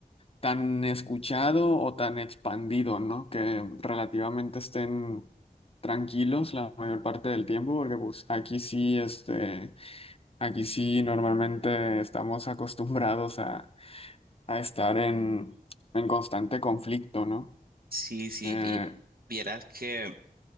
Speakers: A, on the left; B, on the right.
A: tan escuchado o tan expandido, ¿no? Que relativamente estén tranquilos la mayor parte del tiempo, porque pues aquí sí, este, aquí sí normalmente estamos acostumbrados a, a estar en, en constante conflicto, ¿no?
B: Sí, sí,
A: Eh,
B: y vieras que